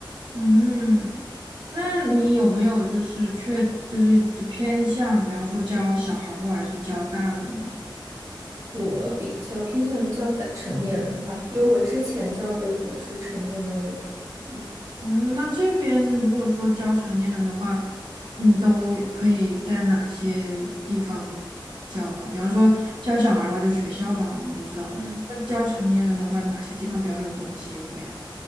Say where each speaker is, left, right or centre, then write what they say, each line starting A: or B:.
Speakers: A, on the right; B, on the right.
A: 嗯，那你有没有就是确就是就偏向，比方说教小孩儿或还是教大人呢？
B: 我比较偏向于教的成年人吧，因为我之前教的就是成年人为主。嗯。
A: 嗯，那这边如果说教成年人的话，嗯，都可以在哪些地方教啊？比方说教小孩儿的话，就学校嘛，我们都知道。
B: 嗯。
A: 那教成年人的话，哪些地方比较有这种机会啊？